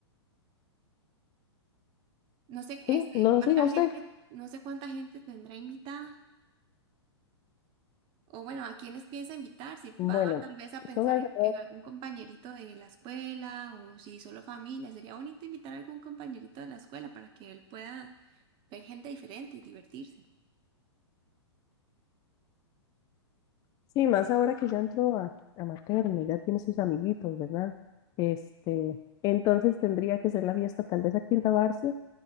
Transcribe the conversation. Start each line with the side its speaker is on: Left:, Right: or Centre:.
Right: no sé, este,
Left: sí, no
Right: cuánta
Left: siga
Right: gente,
Left: usted.
Right: no sé cuánta gente tendrá invitada, o bueno, a quiénes piensa invitar, si va
Left: Bueno,
Right: tal vez a pensar
Left: son alrededor,
Right: en algún compañerito de la escuela, o si solo familia, sería bonito invitar a algún compañerito de la escuela para que él pueda ver gente diferente y divertirse.
Left: sí, más ahora que ya entró a, a materno, ya tiene sus amiguitos, ¿verdad? Este, entonces tendría que ser la fiesta tal vez aquí en Tabarce